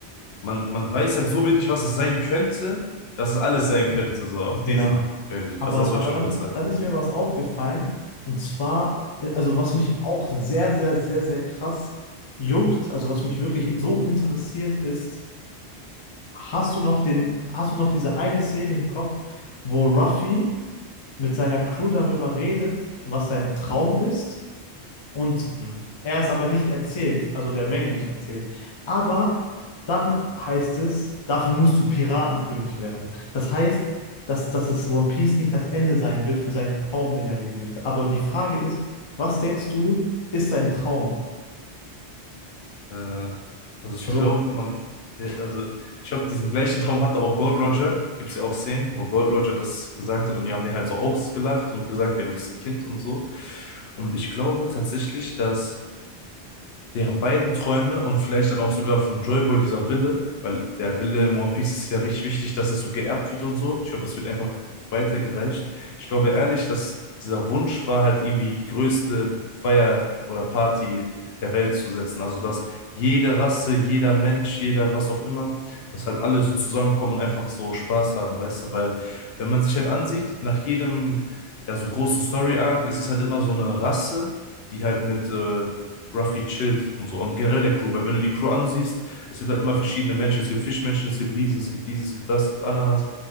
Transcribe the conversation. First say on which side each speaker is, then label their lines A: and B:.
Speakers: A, on the left (about 65°); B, on the left (about 45°).
A: man, man weiß halt so wenig, was es sein könnte, dass es alles sein könnte, so auf
B: Genau.
A: diesem fertig.
B: Aber,
A: Also das wollte
B: aber
A: ich nur
B: dann,
A: kurz sagen.
B: dann ist mir was aufgefallen. Und zwar, äh, also was mich auch sehr, sehr, sehr, sehr krass juckt, also was mich wirklich so interessiert ist, hast du noch den, hast du noch diese eine Szene im Kopf, wo Ruffy mit seiner Crew darüber redet, was sein Traum ist? Und
A: Mhm.
B: er es aber nicht erzählt, also der Menge nicht erzählt. Aber dann heißt es, dafür musst du Piratenkönig werden. Das heißt, dass, dass es One Piece nicht das Ende sein wird für seinen Traum, den er leben möchte. Aber die Frage ist, was denkst du, ist sein Traum?
A: Äh, also ich
B: Also,
A: glaube, man, ja, also ich glaube, diesen gleichen Traum hatte auch Gold Roger. Gibt es ja auch Szenen, wo Gold Roger das gesagt hat und die haben den halt so ausgelacht und gesagt, ja, du bist ein Kind und so. Und ich glaube tatsächlich, dass deren beiden Träume und vielleicht dann auch sogar von Joyboy dieser Wille, weil der Wille im One Piece ist ja richtig wichtig, dass es so geerbt wird und so. Ich glaube, das wird einfach weitergereicht. Ich glaube ehrlich, dass dieser Wunsch war halt irgendwie die größte Feier oder Party der Welt zu setzen. Also, dass jede Rasse, jeder Mensch, jeder was auch immer, dass halt alle so zusammenkommen und einfach so Spaß haben, weißt du? Weil, wenn man sich halt ansieht, nach jedem, ja, so großen Story-Arc ist es halt immer so eine Rasse, die halt mit äh, Ruffy chillt und so. Und generell der Crew, weil wenn du die Crew ansiehst, es gibt halt immer verschiedene Menschen. Es gibt Fischmenschen, es gibt Riesen, es gibt dieses, es gibt das, es gibt Ananas.